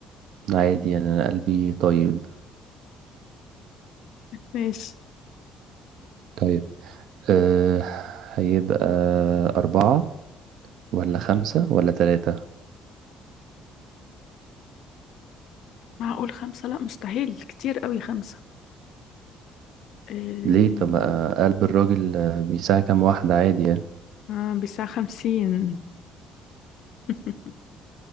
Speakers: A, on the right; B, on the left.
A: عادي يعني انا قلبي طيب
B: ماشي
A: طيب أه هيبقى أربعة ولا خمسة ولا تلاتة
B: معقول خمسة لا مستحيل كتير قوي خمسة آه,
A: ليه طب ما قلب الراجل بيساع كام واحدة عادي يعني
B: آه بساعة خمسين <laughs>